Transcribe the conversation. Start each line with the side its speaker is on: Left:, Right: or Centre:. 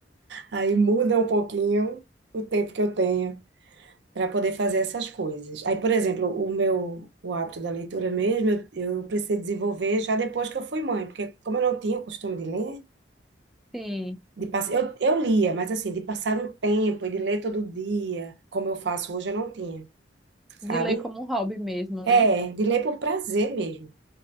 Right: Aí muda um pouquinho o tempo que eu tenho para poder fazer essas coisas. Aí, por exemplo, o meu o hábito da leitura mesmo, eu, eu precisei desenvolver já depois que eu fui mãe, porque como eu não tinha o costume de ler,
Centre: Sim,
Right: De pass... eu, eu lia, mas assim, de passar um tempo e de ler todo dia, como eu faço hoje, eu não tinha, sabe?
Centre: de ler como um hobby mesmo,
Right: É,
Centre: né?
Right: de ler por prazer mesmo,